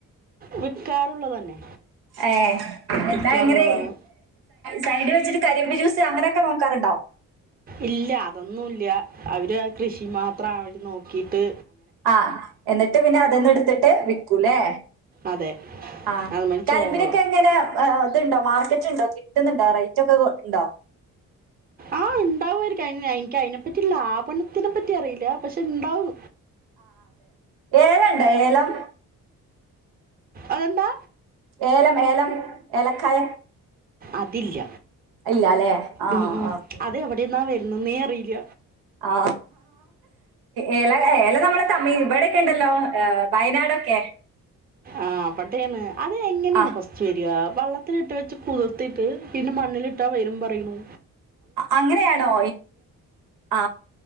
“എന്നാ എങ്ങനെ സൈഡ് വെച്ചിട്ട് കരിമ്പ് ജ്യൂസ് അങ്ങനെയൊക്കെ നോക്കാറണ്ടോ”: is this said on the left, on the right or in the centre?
Right